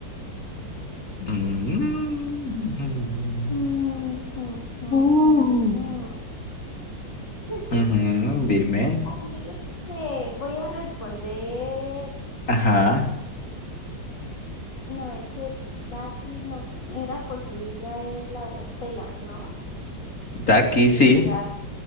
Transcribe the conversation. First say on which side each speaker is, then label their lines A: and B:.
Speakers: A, on the left; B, on the left.
A: Mm.
B: Mm, mm, mm,
A: Uh.
B: mm, mm. <laughs>
A: Ujú, dime.
B: Ay, no lo sé, voy a responder.
A: Ajá.
B: No, es que Daki no era porque ella es la de las telas, ¿no?
A: de aquí
B: Y
A: sí.